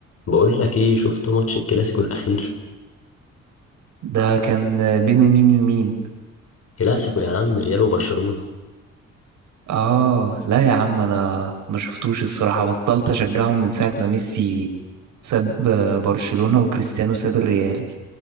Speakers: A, on the left; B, on the right.
A: بقول لك ايه شفت ماتش الكلاسيكو الاخير
B: ده كان بينه مين ومين
A: كلاسيكو يا عم ريال وبرشلونة
B: اه لا يا عم انا ما شفتوش الصراحة بطلت اشجعهم من ساعة ما ميسي ساب برشلونة وكريستيانو ساب الريال